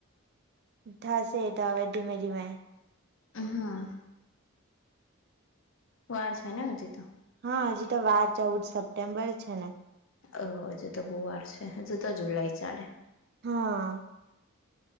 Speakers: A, on the right; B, on the left.
A: થશે એ તો હવે ધીમે ધીમે.
B: હા વાર છે ને હજી તો.
A: હા હજી તો વાર ચૌદ સપ્ટેમ્બર છે ને.
B: હવ હજુ તો બહુ વાર છે હજુ તો જુલાઈ ચાલે.
A: હા.